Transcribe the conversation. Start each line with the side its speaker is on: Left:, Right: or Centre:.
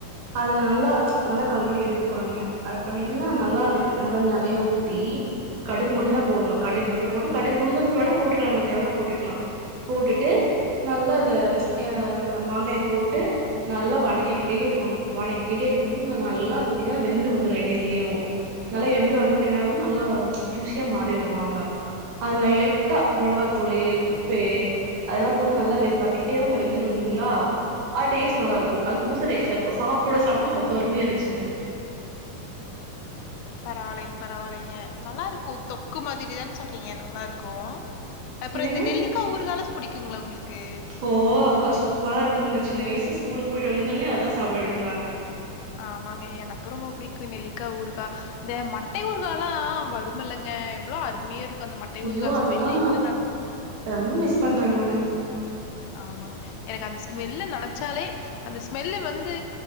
Right: அதுல நல்லா நல்லா கழுவி எடுத்துக்கணுங்க அத பண்ணிட்டீங்னா நல்லாரு நல்லா நெறையா ஊத்தி கடுகு மட்டு தா போட்ணு கடுகு மட்டு போட்டு கடுகு உளுந்தப்பருப்பு வேணா போட்டுக்லா நம்ம தேவனா போட்டுக்கலா போட்டுட்டு நல்லா அது அ மாங்காய போட்டு நல்லா வணக்கிக்கிட்டே இருக்கணு வணக்கிட்டே இருக்கும் போது ந நல்லா அது பாத்தீங்கனா வெந்து வந்துரு எண்ணெயிலேயு நல்லா எந்து வந்துக்கு என்ன ஆகு நல்லா ஜூசியா மாறிரு மாங்கா அது நா லை ட்டா மொளகாத்தூளு உப்பு அதெல்லா போட்டு நல்லா வெ வத்தக்கிட்டே நல்லா வெந்துரு வந்துருங்ளா அது டேஸ்ட் நல்லாருக்கு அது புதுசா டேஸ்டா இருக்கு சாப்ட சாப்டா அவ்ளோ அருமையா இருந்ச்சுங்க
Left: பரவால்லைங் பரவால்லைங்க நல்லா இருக்கு தொக்கு மாதிரிதான சொல்றீங்க நல்லா இருக்கு அப்பற
Right: என்னங்க
Left: இந்த நெல்லிக்கா ஊறுகாலா புடிக்குங்களா உங்களுக்கு
Right: ஓ அதெல்லா சூப்பரா இருக்குங்க சின்ன வயசுல ஸ்கூலுக்கு போயிட்டு வந்தோனே அதா சாப்டுவே எடுத்து நானு
Left: ஆமாங்க எனக்கு ரொம்ப புடிக்கு நெல்லிக்கா ஊறுகா இந்த மட்டை ஊறுகாலா வருமில்லங்க எவ்ளோ அருமையா இருக் கு அந்த மட்டை
Right: ஐயோ
Left: ஊறுகா
Right: அதெல்லா
Left: ஸ்மெல்லு இன்ன நெனச்சு
Right: ரொம்ப மிஸ் பண்றேங்க நானு
Left: ஆமாங்க எனக்கு அந்த ஸ்மெல்லு நெனச்சாலே அந்த ஸ்மெல்லு வந்து